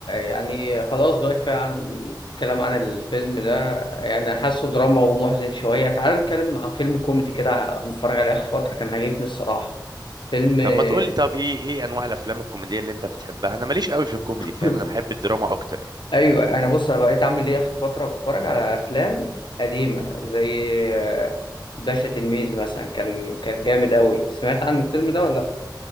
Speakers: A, on the left; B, on the right.
A: يعني خلاص بقى كفايه عن الكلام عن الفيلم ده يعني حاسه دراما ومحزن شويه تعال نتكلم عن فيلم كوميدي كده متفرج عليه اخر فتره كان عاجبني الصراحه فيلم <coughs>
B: طب ما تقول لي طب إيه إيه أنواع الأفلام الكوميدية اللي أنت بتحبها أنا ماليش قوي في الكوميدي فاهم
A: <clears throat>
B: أنا بحب الدراما أكتر يعني
A: ايوه انا بص انا بقيت اعمل ايه اخر فتره بتفرج على افلام قديمه زي آه، باشا تلميذ مثلا كان كان جامد قوي سمعت عن الفيلم ده ولا